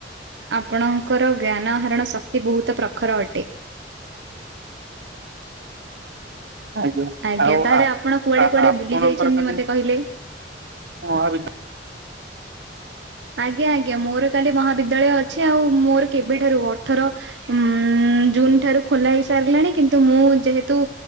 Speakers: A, on the right; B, on the right.
A: ଆପଣ ଙ୍କର ଜ୍ଞାନ ଆହରଣ ଶକ୍ତି ବହୁତ ପ୍ରଖର ଅଟେ।
B: ଆଜ୍ଞା।
A: ଆଜ୍ଞା
B: ଆଉ
A: ତାହେଲେ
B: ଆ
A: ଆପଣ କୁଆଡେ କୁଆଡେ
B: ଆପଣଙ୍କର
A: ବୁଲି ଯାଇଛନ୍ତି
B: କାଲି
A: ମତେ କହିଲେ?
B: ମହାବିଦ୍ୟା
A: ଆଜ୍ଞା ଆଜ୍ଞା। ମୋର କାଲି ମହାବିଦ୍ୟାଳୟ ଅଛି। ଆଉ ମୋର କେବେଠାରୁ ଅଠର ଉଁ ଜୁନ ଠାରୁ ଖୋଲା ହେଇ ସାରିଲାଣି କିନ୍ତୁ ମୁଁ ଯେହେତୁ